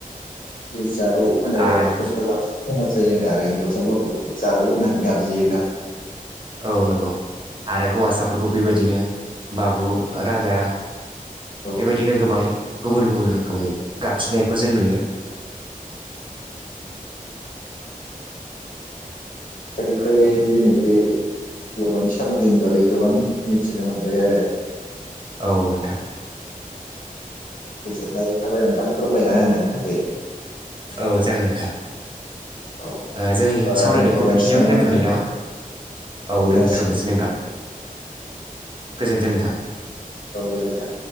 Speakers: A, on the left; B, on the right.
A: बि जारौ होनोबा
B: आरो
A: बांसि मोजां खोनायो आरो। आरो हिनजावसा गथ'फोरखौ जारौ होनानै गाबज्रियोब्ला।
B: औ नंगौ आरो हौवासाफोरखौ बेबायदिनो बाबु राजा
A: औ
B: बेबायदिनो गोबां गुबुन गुबुन रोखोमै गाबज्रिनायखौ जों नुयो।
A: एनिफाय दिनै बे बर'नि सोमोन्दोनि बागै गोबां मिथिनो मोनबाय आरो।
B: औ नोंथां।
A: गोजोननाय थाबाय नोंथां फोरमायना होनायनि थाखाय।
B: औ जागोन नोंथां
A: <inaudible>
B: ओ जों
A: बा
B: सावरायनायखौ
A: दोनथ'लायनोसै
B: बेखिनियावनो दोन्थ'नि
A: नोंथां
B: नामा औ दोन्थ'नोसै
A: जासिगोन दे
B: नोंथां गोजोन्थों नोंथां।
A: औ गोजोन्थों।